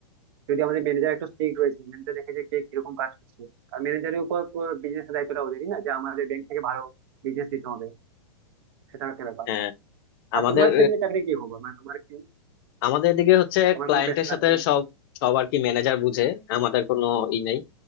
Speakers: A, on the right (about 55°); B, on the left (about 45°).
A: যদি আমাদের ম্যানেজার একটু স্ট্রিক্ট রয়েছে ম্যানেজার দেখে যে কে কিরকম কাজ করছে আর ম্যানেজারের উপর বিজনেসের দায়িত্বটা ওদেরই না যে আমাদের ব্যাংক থেকে ভালো বিজনেস দিতে হবে সেটা একটা ব্যাপার
B: হ্যাঁ
A: আর
B: আমাদের
A: তোমার সেদিনে চাকরি কি হবে মানে তোমার কি
B: আমাদের দিকে হচ্ছে
A: তোমার
B: ক্লায়েন্টের
A: কোনো পেশা
B: সাথে
A: আছে
B: সব সব আর কি ম্যানেজার বুঝে আমাদের কোনো ই নেই